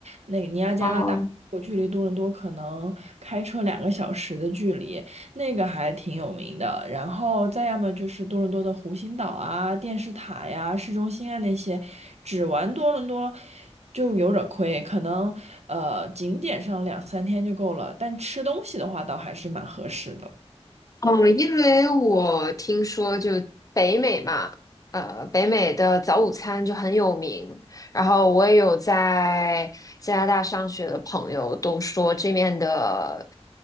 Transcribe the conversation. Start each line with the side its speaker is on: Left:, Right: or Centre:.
Right: 那个尼亚加拉大瀑布距离多伦多可能开车两个小时的距离。
Left: 哦
Right: 那个还挺有名的。然后再要么就是多伦多的湖心岛啊、电视塔呀、市中心啊那些，只玩多伦多就有点儿亏，可能呃景点上两三天就够了，但吃东西的话倒还是蛮合适的。
Left: 哦，因为我听说就北美嘛，呃，北美的早午餐就很有名。然后我也有在加拿大上学的朋友都说这面的